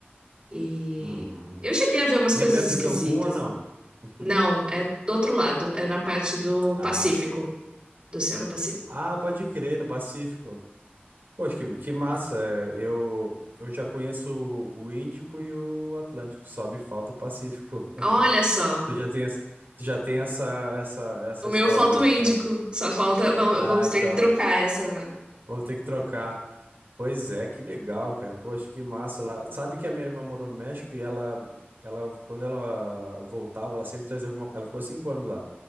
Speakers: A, on the right; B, on the right.
A: E
B: uhum.
A: eu cheguei a ver umas
B: E
A: coisas
B: é perto
A: esquisitas.
B: de Cancún ou não? <laughs>
A: Não, é do outro lado, é na parte do
B: Ah,
A: Pacífico, do Oceano Pacífico.
B: ah, pode crer, no Pacífico. Poxa, que, que massa. é, Eu, eu já conheço o Índico e o Atlântico, só me falta o Pacífico. <laughs>
A: Olha só,
B: Tu já tem essa, tu já tem essa, essa, essa
A: o meu
B: história
A: falta
B: aí,
A: o Índico,
B: então.
A: só falta, va-
B: Ah,
A: vamos
B: então,
A: ter que trocar essa.
B: vou ter que trocar. Pois é, que legal, cara. Poxa, que massa lá. Sabe que a minha irmã morou no México e ela, ela, quando ela voltava, ela sempre trazia alguma coisa. Ela ficou cinco anos lá.